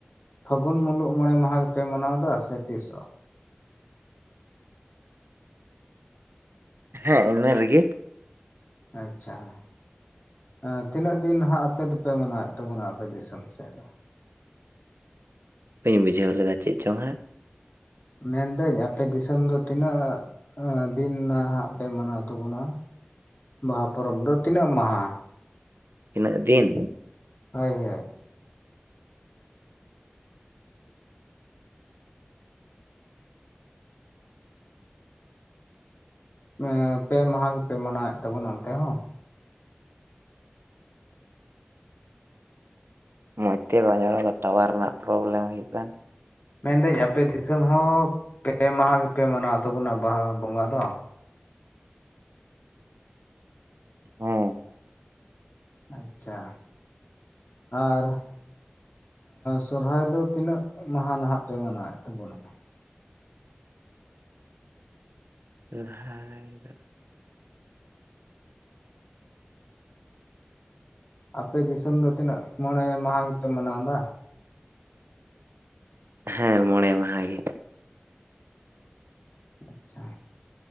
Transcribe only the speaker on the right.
ᱦᱮᱸ ᱤᱱᱟᱹ ᱨᱮᱜᱮ᱾
ᱵᱟᱹᱧ ᱵᱩᱡᱷᱟᱹᱣ ᱞᱮᱫᱟ ᱪᱮᱫ ᱪᱚᱝ ᱦᱟᱸᱜ?
ᱛᱤᱱᱟᱹᱜ ᱫᱤᱱ?
ᱢᱚᱸᱡᱽ ᱛᱮ ᱵᱟᱭ ᱧᱟᱢ ᱮᱫᱟ ᱴᱟᱣᱟᱨ ᱨᱮᱱᱟᱜ ᱯᱨᱚᱵᱽᱞᱮᱢ ᱦᱩᱭᱩᱜ ᱠᱟᱱ᱾
ᱦᱮᱸ᱾
ᱥᱚᱨᱦᱟᱭ ᱫᱚ᱾
ᱦᱮᱸ ᱢᱚᱬᱮ ᱢᱟᱦᱟ ᱜᱮ᱾